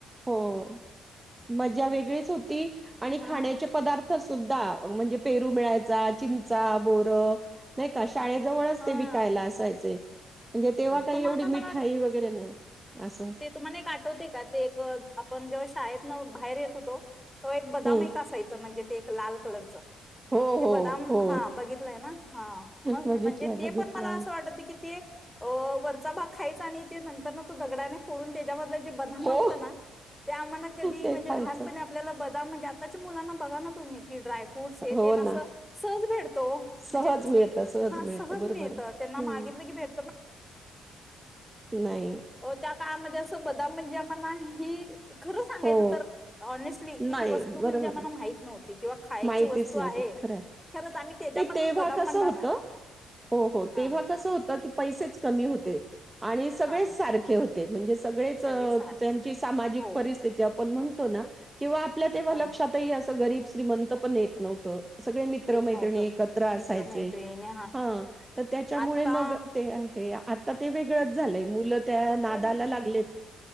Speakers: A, on the right; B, in the centre.
A: हो मज्जा वेगळीच होती आणि
B: हा
A: खाण्याचे पदार्थ सुद्धा म्हणजे पेरू मिळायचा चिंचा बोर नाही का? शाळेजवळच
B: हा
A: ते विकायला असायचे. म्हणजे तेव्हा काही
B: तुम्हाला
A: एवढी
B: मला
A: मिठाई
B: वाट
A: वगैरे नाही असं्
B: तुम्हाला नव्हते का ते एक आपण जेव्हा शाळेत ना बाहेर येत होतो. तो एक बदाम
A: हम्म
B: एक असायचा म्हणजे ते एक लाल कलरचं
A: हो
B: ते
A: हो
B: बदाम
A: हो
B: हा बघितलंय ना हा मग
A: बघितलंय
B: म्हणजे ते
A: बघितलंय
B: पण मला असं वाटत की ते अ वरचा भाग खायचा आणि ते नंतर तो दगडाने फोडून त्याच त्यामधले ते बदाम
A: हो
B: असायचं न ते आम्हाला कधी
A: ते
B: म्हणजे
A: खायचं
B: लहानपणी आपल्याला बदाम म्हणजे आताच्या मुलांना बघा ना <unintelligible> ड्राय फ्रूट सहज
A: हो ना
B: भेटतो
A: सहज
B: म्हणजे
A: मिळत
B: हा सहज
A: बरोबर
B: मिळत
A: आहे
B: त्यांना
A: हम्म
B: मागितलं की भेट
A: नाही
B: त्या <inaudible> अस बदाम म्हणजे ही खरंच सांगायचं
A: हो
B: तर ऑनेस्टली किती
A: नाही
B: वस्तू
A: बरोबर
B: म्हणजे आम्हाला
A: ना
B: माहित नव्हती किंवा खायची
A: माहितीच
B: वस्तू
A: नव्हती
B: आहे
A: खरंय.
B: खरच आम्ही त्याच्यामधच
A: नाही तेव्हा
B: बदाम
A: कसं
B: म्हणणार
A: होतं हो हो
B: हा.
A: तेव्हा कसं होतं की पैसेच कमी होते. आणि सगळेच
B: हा हा
A: सारखे होते. ते म्हणजे सगळेच.
B: सगळे सारखे होते
A: ची सामाजिक
B: हो
A: परिस्थिती आपन तो ना किंवा आपल्या तेव्हा
B: हा
A: लक्षातही असं गरीब श्रीमंत पण येत नव्हत. सगळे मित्र
B: येत
A: मैत्रिणी
B: नव्हतं
A: एकत्र
B: मित्रमैत्रिणी
A: असायचे हा तर त्याच्यामुळे
B: आता
A: मग ते आहे. आता ते वेगळंच झालंय मुलं. त्या
B: आता
A: नादाला
B: वि
A: लागलेत.